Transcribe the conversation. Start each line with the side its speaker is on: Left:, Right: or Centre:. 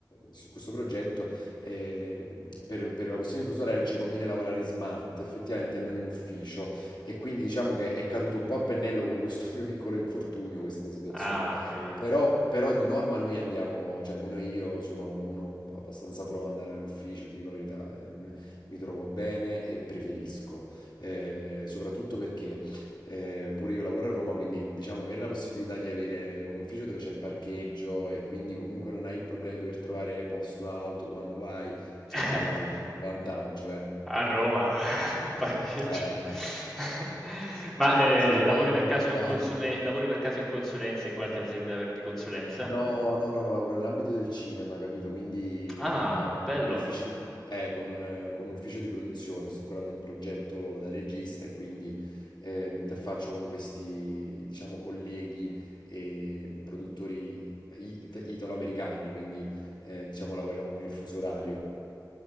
Left: su questo progetto, eh, per, per la questione di fuso orario ci conviene lavorare in smart, effettivamente, e non in ufficio. E quindi diciamo che è caduto un po' a pennello con questo <laughs> mio piccolo infortunio, questa situazione.
Centre: Ah, ho capito.
Left: Però, però di norma noi andiamo, cioè almeno io sono uno abbastanza pro ad andare all'ufficio, ti dico la verità, ehm, mi trovo bene e preferisco, Eh, soprattutto perché eh, pure io lavoro a Roma, quindi diciamo avere la possibilità di avere un ufficio dove c'è parcheggio e quindi comunque non hai il problema di dover trovare posto auto quando vai, chiaramente
Centre: <laughs> Eh, p
Left: è un vantaggio, eh.
Centre: A Roma, <laughs> in parcheggio.
Left: Eh,
Centre: <laughs> Ma, ehm,
Left: sai
Centre: lavori
Left: bene
Centre: per
Left: di
Centre: caso
Left: che parli.
Centre: in consule lavori per caso in consulenza, in qualche azienda per di consulenza?
Left: No, no, no, no, lavoro nell'ambito del cinema, capito? Quindi mh,
Centre: Ah,
Left: eh, lavoro
Centre: bello.
Left: negli uffici di- eh, con un, eh, con un ufficio di produzione, sto curando un progetto da regista e quindi eh, mi interfaccio con questi, diciamo, colleghi e produttori it- italo-americani, quindi eh, diciamo lavoriamo con il fuso orario.